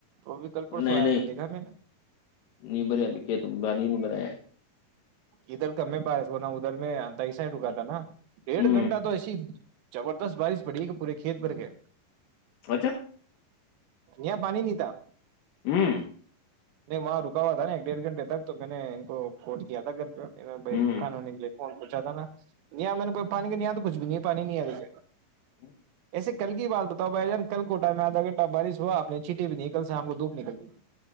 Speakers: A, on the right (about 80°); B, on the left (about 70°).
A: ابھی کل پرسوں
B: نہیں
A: آیا
B: نہیں
A: جو دیکھا میں نے
B: نہیں بھر ابھی کھیت میں بانی نہیں بھریا
A: ادھر کا میں بارش بنا ادھر میںس ہی رکا نا
B: ہے
A: ڈیڑھ گھنٹہ تو ایسی جبردست بارش پڑی کہ پورے کھیت بھر گئے
B: اچھا
A: نیا پانی ن تھا
B: ہوں
A: نہیں وہاں رکا ہوا تھا نا ایک ڈیھنٹے تک تو میں نے ان کوٹ کیا تھا دگرر کے ا بھائی
B: ہوں
A: کانوون لی کون پوچھا تھا نا نہیں میں پانی کے نہیں تو کچھ بھی نہیں پانی نہیںیا
B: ہوں
A: ایے کل کی بات بتاؤ بھائی جان کل کو ٹائم میں آھا گھٹہ بارش ہوا آ نے چھینٹٹی بھی نہیں کل سےام کو دوپ نکل دی تھی